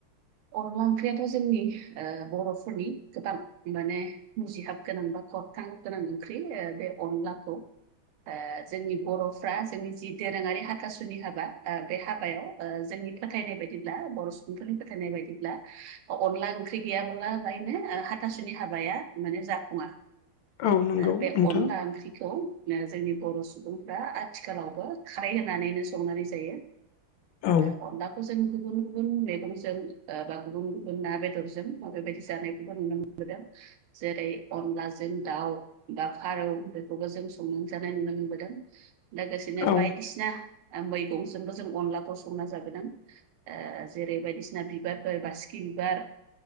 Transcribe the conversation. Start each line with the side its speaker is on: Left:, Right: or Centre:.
Right: अनला ओंख्रियाथ' जोंनि ओ बर'फोरनि गोबां माने मुजिहाब गोनां बा खरथां गोनां ओंख्रि ओ बे अनलाखौ ओ जोंनि बर'फ्रा जोंनि जि दोरोङारि हाथासुनि हाबा ओ बे हाबायाव ओ जोंनि फोथायनाय बायदिब्ला बर' सुबुंफोरनि फोथायनाय बायदिब्ला अनला ओंख्रि गैयाब्ला लायनो हाथासुनि हाबाया माने जाफुङा
Left: औ नंगौ
Right: ओ बे
Left: नोंथां
Right: अनला ओंख्रिखौ जोंनि बर' सुबुंफ्रा आथिखालावबो खारै होनानैनो संनानै जायो।
Left: औ
Right: ओ अनला खौ जों गुबुन गुबुन मेगंजों बा गुबुन गुबुन ना बेदरजों मा बेबायदि जानायखौबो नुनो मोनो। जेरै अनलाजों दाउ बा फारौ बेफोरखौ जों संनानै जानाय नुनो मोनबोदों। लोगोसेनो
Left: औ
Right: बायदिसिना ओ मैगंजोंबो जों अनलाखौ संना जाबोदों। ओ जेरै बायदिसिना बिबारफोर बासिखि बिबार